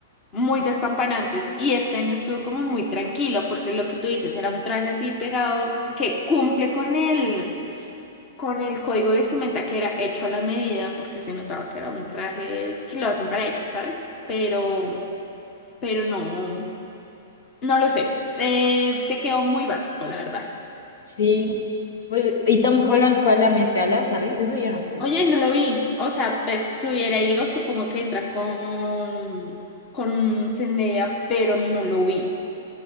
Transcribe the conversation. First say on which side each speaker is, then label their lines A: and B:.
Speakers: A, on the left (about 30°); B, on the left (about 70°).
A: muy despampanantes y este año estuvo como muy tranquilo porque lo que tú dices era un traje así pegado que cumple con el, con el código de vestimenta que era hecho a la medida porque se notaba que era un traje que lo hacen para ella, ¿sabes? Pero, pero no, no lo sé, Eh, se quedó muy básico, la verdad.
B: Sí, pues, y Tom Holland fue a la Met Gala, ¿sabes? Eso yo no sé.
A: Oye, no lo vi. O sea, pues si hubiera ido, supongo que entra con, con Zendaya, pero no lo vi.